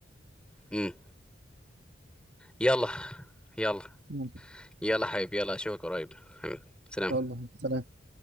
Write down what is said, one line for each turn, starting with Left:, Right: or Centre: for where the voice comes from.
Centre: امم يلا يلا
Right: ممكن
Centre: يلا حبيبي يلا اشوفك قريب حبيبي سلام
Right: ان شاء الله سلام